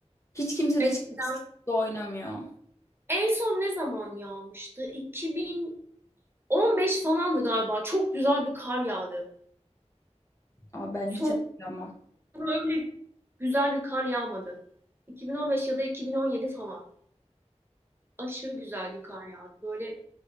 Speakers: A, on the left; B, on the right.
A: Hiç kimse
B: Eskiden.
A: de çıkıp eski gibi oynamıyor.
B: En son ne zaman yağmıştı? 2015 falandı galiba. Çok güzel bir kar yağdı.
A: Aa, ben
B: Sonra
A: hiç hatırlamam.
B: öyle güzel bir kar yağmadı. 2015 ya da 2017 falan. Aşırı güzel bir kar yağdı. Böyle